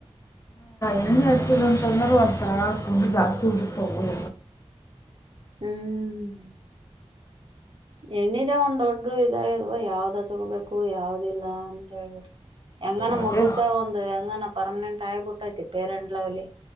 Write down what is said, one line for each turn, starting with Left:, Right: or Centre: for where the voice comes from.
Left: ಎ್ಣ ಹಚ್ಚಿಲ್ಲ ಅಂತ ಅಂದ್ರರು ಒಂತ ತುಂಡ ಜಾಸ್ತಿ ಉಟತ ಎ
Right: ಹ್ಮ್ ಹೆಣ್ಣಿನೆ ಒಂದ್ ದೊಡ್ಡ ಇದಾ ಆಗೆದವ ಯಾವ್ದ ಹಚಗಬೇಕು ಯಾವ್ದಿಲ್ಲ ಅಂತ ಹೇಳ್ಬಿಟ್ರಿ ಹೆಂಗನ
Left: ಮತ್ತೆ
Right: ಮುಖುಕ ಒಂದು ಹೆಂಗನ ಪರ್ಮನೆಂಟ್ ಆಗಿಬಿಟ್ಟೈತಿ ಪೇರೆಂಟ್ ಲವ್ಲಿ